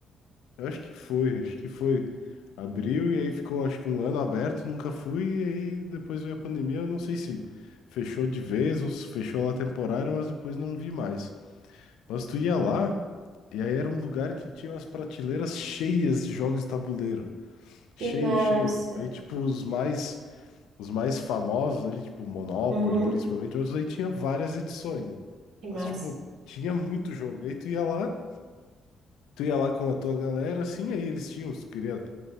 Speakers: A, on the left; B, on the right.
A: eu acho que foi, acho que foi, abriu e aí ficou acho que um ano aberto, nunca fui, e aí depois veio a pandemia, eu não sei se fechou de vez ou se fechou lá temporário, mas depois não vi mais. Mas tu ia lá? E aí era um lugar que tinha as prateleiras cheias de jogos de tabuleiro. Cheio,
B: Que massa.
A: cheio. Aí, tipo, os mais, os mais famosos ali, tipo, Monopoly,
B: Uhum.
A: principalmente, outros aí tinha várias edições, né?
B: Que massa.
A: Mas, tipo, tinha muito jogo. Aí tu ia lá, tu ia lá com a tua galera, assim, aí eles tinham, se tu queria